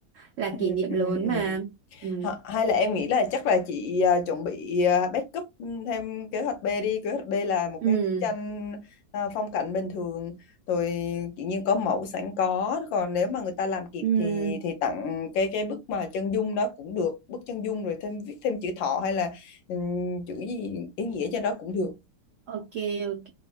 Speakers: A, on the right (about 80°); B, on the left (about 85°).
A: là
B: ừ,
A: kỷ niệm
B: ừ,
A: lớn
B: ừ.
A: mà ừ
B: Ha- Hay là em nghĩ là chắc là chị à, chuẩn bị à, backup thêm kế hoạch B đi. Kế hoạch B là một
A: ừ
B: cái bức tranh à, phong cảnh bình thường, rồi tự nhiên có mẫu sẵn có. Còn nếu mà người ta làm kịp
A: ừ
B: thì thì tặng cái cái bức mà chân dung đó cũng được. Bức chân dung rồi thêm viết thêm chữ thọ hay là ừm, chữ gì ý nghĩa trên đó cũng được.
A: Ok ok.